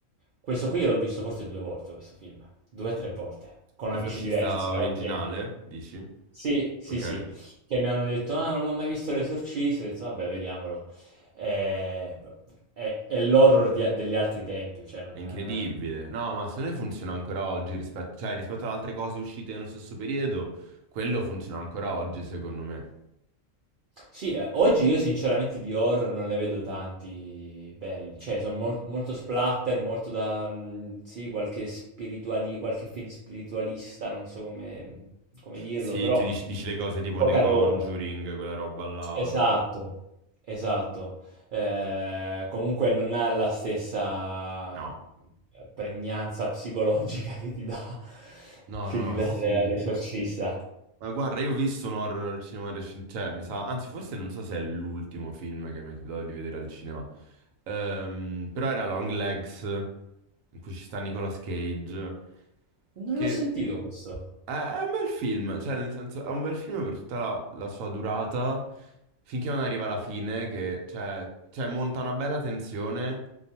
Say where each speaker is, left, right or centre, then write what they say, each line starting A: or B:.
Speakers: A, on the right (about 65°); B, on the right (about 80°).
A: Questo qui io l'ho visto forse 2 volte questo film, 2 o 3 volte, con
B: L'esorcista
A: amici diversi,
B: originale,
A: no, che
B: dici?
A: Sì, sì,
B: Ok.
A: sì, che mi hanno detto: "Ah, non ho mai visto L'esorcista", ho detto: "Vabbè, vediamolo". Ehm, v è è l'horror di a degli altri tempi, cioè non
B: È incredibile.
A: eh.
B: No, ma secondo me funziona ancora oggi rispetto, cioè, rispetto ad altre cose uscite nello stesso periodo, quello funziona ancora oggi, secondo me.
A: sì, ehm, oggi io sinceramente di horror non ne vedo tanti belli, cioè son mol molto splatter, molto da, mhmm, sì, qualche spirituali qualche film spiritualista, non so come come dirlo,
B: Sì,
A: però
B: ti dici, dici le cose tipo
A: poca
B: The Conjuring,
A: roba.
B: quella roba là.
A: Esatto, esatto. Ehm, comunque non ha la stessa,
B: No.
A: ehm, pregnanza psicologica che ti dà <laughs>
B: No,
A: che
B: no,
A: ti dà
B: sì.
A: l'e l'Esorcista.
B: Ma guarda, io ho visto un horror al cinema recente, cioè, mi sa, anzi, forse non so se è l'ultimo film che mi è capitato di vedere al cinema. Ehm, però era Long Legs, in cui ci sta Nicolas Cage,
A: Non
B: che
A: l'ho sentito questo.
B: è, è un bel film, cioè, nel senso, è un bel film per tutta la, la sua durata, finché non arriva alla fine, che, cioè, cioè, monta una bella tensione,